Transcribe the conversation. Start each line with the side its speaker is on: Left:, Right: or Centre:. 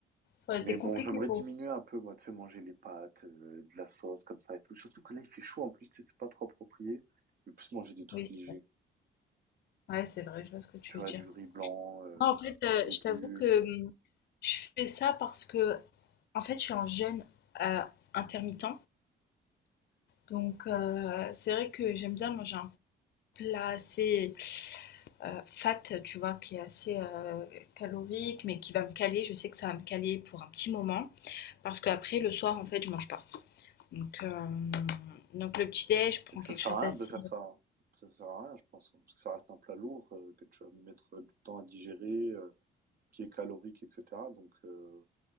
Left: ça aurait
Right: Mais
Left: été
Right: bon,
Left: compliqué
Right: j'aimerais
Left: pour
Right: diminuer
Left: vous.
Right: un peu, moi, tu sais, manger les pâtes, euh, de la sauce, comme ça et tout. Surtout que là, il fait chaud en plus, tu sais, c'est pas trop approprié. Je vais plus manger des trucs
Left: Oui,
Right: légers.
Left: c'est vrai. Ouais, c'est vrai, je vois ce que tu
Right: Tu vois,
Left: veux dire.
Right: du riz blanc, euh,
Left: Moi, en fait,
Right: des petits
Left: euh,
Right: légumes.
Left: je t'avoue que hum, je fais ça parce que, en fait, je suis un jeûne euh, intermittent. Donc, euh, c'est vrai que j'aime bien manger un plat assez euh, fat, tu vois, qui est assez euh, calorique, mais qui va me caler. Je sais que ça va me caler pour un petit moment. Parce qu'après, le soir, en fait, je mange pas. Donc, euh, donc le petit-déj, je prends
Right: Fait que
Left: quelque
Right: ça sert
Left: chose
Right: à
Left: d'assez...
Right: rien de faire ça. hein. Ça sert à rien, je pense. hein, Parce que ça reste un plat lourd, euh, que tu vas mettre du temps à digérer, euh, qui est calorique, etc. Donc, euh,